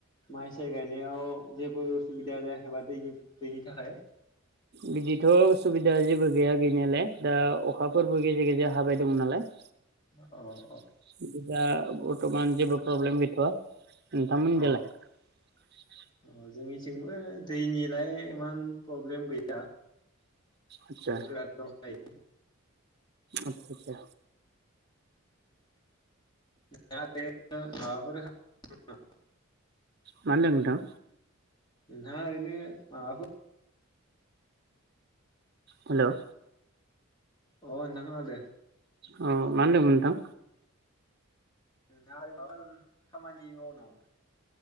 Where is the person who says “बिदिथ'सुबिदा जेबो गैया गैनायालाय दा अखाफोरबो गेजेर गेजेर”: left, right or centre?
Right